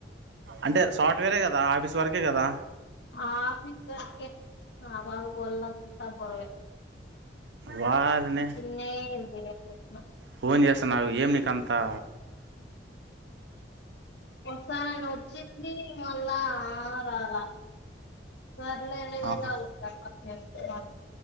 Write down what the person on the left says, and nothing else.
ఆ ఆఫీసు వర్క్ ఏ ఆ పాపకి ఒళ్ళంతా బరువే
నేనుగూడ ఇల్ది అ చెప్నా <unintelligible>
వస్తానని వచ్చింది మల్ల రాలా సర్ల అనే వేర
అ <inaudible>